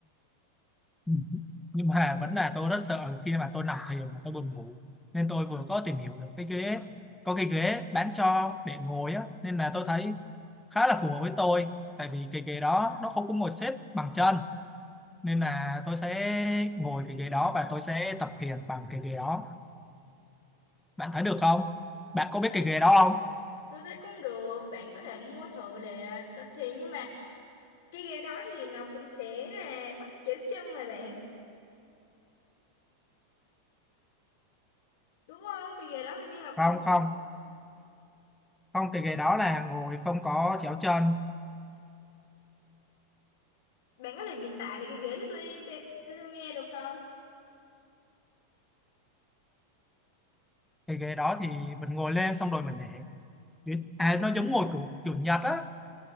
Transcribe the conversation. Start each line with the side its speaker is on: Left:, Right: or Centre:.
Centre: Ừ, ừ. nhưng mà vẫn là tôi rất sợ khi mà tôi nằm thiền mà tôi buồn ngủ nên tôi vừa có tìm hiểu được cái ghế có cái ghế bán cho để ngồi á nên là tôi thấy khá là phù hợp với tôi tại vì cái ghế đó nó không có ngồi xếp bằng chân nên là tôi sẽ ngồi cái ghế đó và tôi sẽ tập thiền bằng cái ghế đó bạn thấy được không bạn
Left: Tôi
Centre: có biết
Left: thấy,
Centre: cái ghế đó không
Left: tôi thấy cũng được, bạn có thể mua thử để tập thiền nhưng mà cái ghế đó thì nó cũng sẽ là bắt chéo chân mà bạn. Đúng không? Cái ghế đó hình như là
Centre: không
Left: cũng
Centre: không không cái ghế đó là ngồi không có chéo chân
Left: Bạn có thể diễn tả lại cái ghế cho tôi đi xe, tôi, tôi nghe được không?
Centre: cái ghế đó thì mình ngồi lên xong rồi mình để à nó giống ngồi của kiểu Nhật á